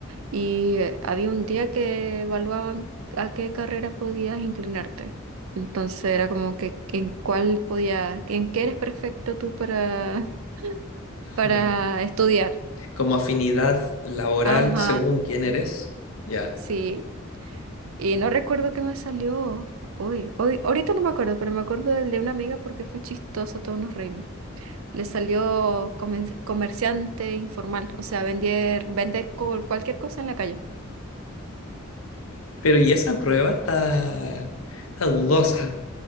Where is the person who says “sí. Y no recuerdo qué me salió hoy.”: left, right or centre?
Right